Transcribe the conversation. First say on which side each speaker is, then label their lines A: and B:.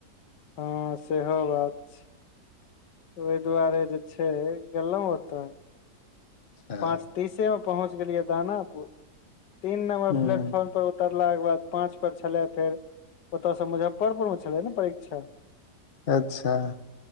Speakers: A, on the left; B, on the left.
A: हँ सेहो बात छै ओहि दुआरे जे छै गेलहुँ ओतऽ
B: हँ
A: पाँच तीसे मे पहुँच गेलियै दानापुर तीन नंबर
B: हूँ
A: प्लेटफॉर्म पर उत तरलाके बाद पाँच पर छलै फेर ओतयसँ मुजफ्फरपुर मे छलै ने परीक्षा
B: अच्छा